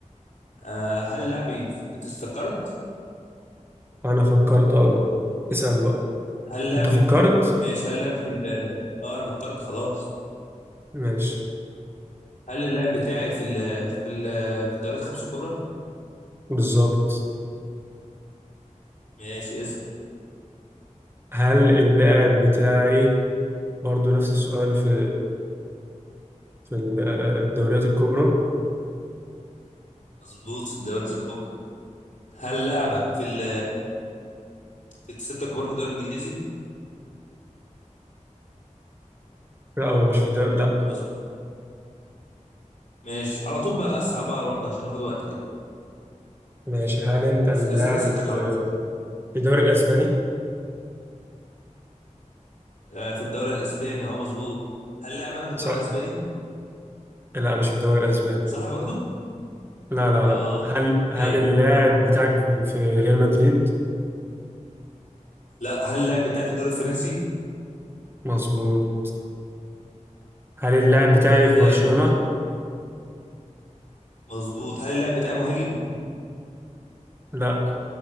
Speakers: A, on the left; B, on the right.
A: آه هل لاعبي في... انت فكرت
B: انا فكرت اه اسأل بقى
A: هل لعبي
B: انت فكرت
A: في ال- ماشي هل لعبي في ال- اه انا فكرت خلاص
B: ماشي
A: هل اللعب بتاعي في ال في ال في الدوريات الخمسة الكبرى
B: بالظبط
A: ماشي اسأل
B: هل اللاعب بتاعي برضو نفس السؤال في في ال- الدوريات الكبرى
A: مظبوط في الدوريات الكبرى هل لعبك في ال في الستة الكبار في الدوري الانجليزي
B: لا هو مش في الدوري لا
A: مظبوط ماشي على طول بقى اسرع بقى برضه عشان ناخد وقت كده
B: ماشي هل انت
A: اس-
B: اللاعب
A: اسأل اسئلتك على طول
B: في الدوري الاسباني
A: آه في الدوري الاسباني اه مظبوط هل لعب انا في الدوري
B: صح
A: الاسباني
B: لا مش في الدوري الاسباني
A: صح برضه
B: لا لا
A: اه
B: لا هل هل
A: ماشي
B: اللاعب بتاعك في ريال مدريد
A: لا هل اللعب بتاعي في الدوري الفرنسي
B: مظبوط هل اللاعب بتاعي
A: حلو
B: في برشلونة
A: مظبوط هل اللعب بتاعي مهاجم
B: لا